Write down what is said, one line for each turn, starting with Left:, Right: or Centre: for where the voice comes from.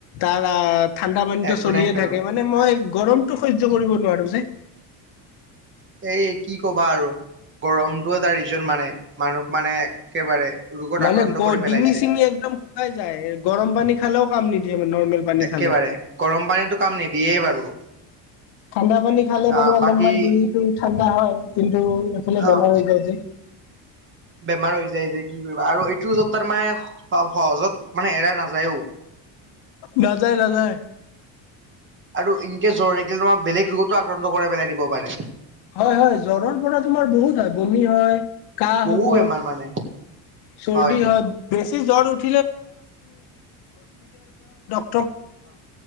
Left: তাৰ আ, ঠাণ্ডা পানীটো
Right: একো
Left: চলিয়ে
Right: নাই আৰু
Left: থাকে, মানে মই গৰমতটো সয্য কৰিব নোৱাৰো যে।
Right: এই কি কবা আৰু গৰমটো এটা ৰিজন মানে মানুহক মানে একেবাৰে ৰোগত
Left: মানে
Right: আক্ৰান্ত
Left: গ
Right: কৰি পেলাইছে
Left: ডিঙি চিঙি একদম শুকাই যায়, গৰম পানী খালেও কাম নিদিয়ে। মানে নৰ্মেল পানী
Right: একেবাৰে,
Left: খালে
Right: গৰম পানীতো কাম নিদিয়েই বাৰু।
Left: ঠাণ্ডা পানী খালে বাৰু
Right: আহ
Left: অলপমান
Right: বাকী
Left: দেৰি ঠাণ্ডা হয়, কিন্তু এইফালে
Right: আহ
Left: বেমাৰ হৈ যায় যে।
Right: বেমাৰ হৈ যায় যে কি কৰিবা, আৰু এইটো যত তাৰ মানে সহজত মানে এৰা নাযায়ও।
Left: নাজায়, নাজায়।
Right: আৰু ইনকছ জ্বৰে এতিয়া তোমাৰ বেলেগ ৰোগতো আক্ৰান্ত কৰেই পেলাই দিব পাৰে।
Left: হয়, হয়, জ্বৰৰ পৰা তোমাৰ বহুত হয়, বমি হয় কাহ
Right: বহু
Left: হ'ব
Right: বেমাৰ মানে
Left: চৰ্দি
Right: হয়
Left: হ'ত বেছি জ্বৰ উঠ <inaudible>